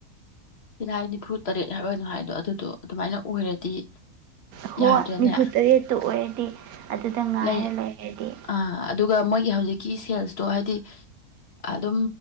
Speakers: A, on the left; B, on the right.
A: ꯁꯤꯂꯥꯏ ꯅꯤꯐꯨ ꯇꯔꯦꯠ ꯍꯥꯏ ꯑꯣꯏꯅꯣ ꯍꯥꯏꯗꯣ ꯑꯗꯨꯗꯣ ꯑꯗꯨꯃꯥꯏꯅ ꯑꯣꯏꯔꯗꯤ
B: ꯍꯣꯏ
A: ꯌꯥꯗ꯭ꯔꯅꯦ
B: ꯅꯤꯐꯨꯇꯔꯦꯠꯇꯨ ꯑꯣꯏꯔꯗꯤ ꯑꯗꯨꯗ ꯉꯥꯏꯔ
A: ꯂꯩ
B: ꯂꯩꯣꯏꯔꯗꯤ
A: ꯑꯥ ꯑꯗꯨꯒ ꯃꯣꯏꯒꯤ ꯍꯧꯖꯤꯛꯀꯤ ꯁꯦꯜꯁꯇꯣ ꯍꯥꯏꯗꯤ ꯑꯗꯨꯝ